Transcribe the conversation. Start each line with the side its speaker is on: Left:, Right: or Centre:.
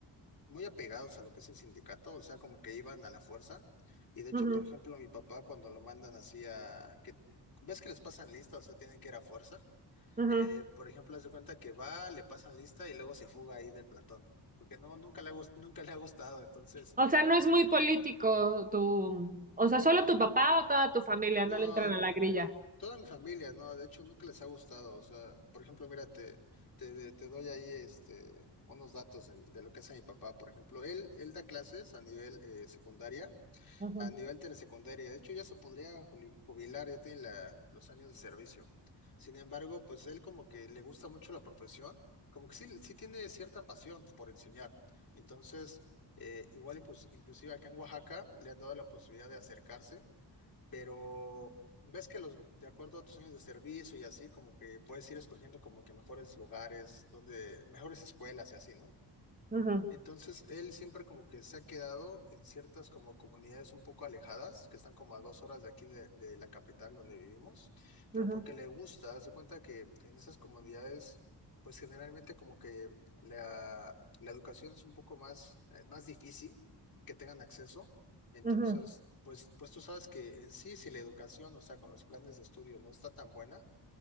Left: muy apegados a lo que es el sindicato, o sea, como que iban a la fuerza. Y de hecho,
Right: Ujú,
Left: por ejemplo, mi papá cuando lo mandan así a que, ¿ves que les pasan lista? O sea, tienen que ir a fuerza.
Right: ujú.
Left: Eh, por ejemplo, hace cuenta que va, le pasan lista y luego se fuga ahí del plantón, porque no, nunca le ha, gus- nunca le ha gustado, entonces,
Right: O sea, no es muy político tu... O sea, solo tu papá o toda tu familia
Left: no,
Right: no le entran a la grilla.
Left: toda mi familia, no, de hecho, nunca les ha gustado, o sea, por ejemplo, mira, te, te, te doy ahí, este, unos datos de, de lo que hace mi papá, por ejemplo, él, él da clases a nivel eh, secundaria,
Right: Ujú,
Left: A nivel telesecundaria, de hecho ya se podría juli- jubilar, ya tiene la- los años de servicio. Sin embargo, pues él como que le gusta mucho la profesión, como que sí, sí tiene cierta pasión por enseñar. Entonces, eh, igual y pues inclusive acá en Oaxaca le han dado la posibilidad de acercarse, pero ves que los, de acuerdo a tus años de servicio y así, como que puedes ir escogiendo como que mejores lugares, donde, mejores escuelas y así, ¿no?
Right: ujú,
Left: Entonces, él siempre como que se ha quedado en ciertas como comunidades un poco alejadas, que están como a dos horas de aquí de, de la capital donde vivimos, pero
Right: ujú,
Left: porque le gusta, hace cuenta que en esas comunidades, pues generalmente como que la, la educación es un poco más, eh, más difícil que tengan acceso. Entonces,
Right: ujú.
Left: pues, pues tú sabes que en sí, si la educación, o sea, con los planes de estudio no está tan buena,